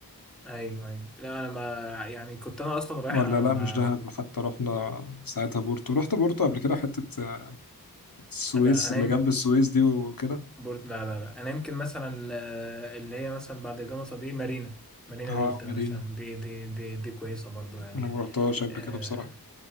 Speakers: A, in the centre; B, on the left.
A: ايوه ايوه لا انا ما يعني كنت انا اصلا رايح
B: ولا
A: ما
B: لا مش دهب حتى رحنا ساعتها بورتو رحت بورتو قبل كده حته آه، السويس
A: لا انام
B: اللي جنب السويس دي وكده
A: بورت لا لا لا انا يمكن مثلا آه، اللي هي مثلا بعد جمصة دي مارينا مارينا
B: اه
A: دلتا
B: مارينا
A: مثلا دي دي دي دي كويسة برضو يعني
B: انا ما رحتهاش قبل
A: آه
B: كده بصراحه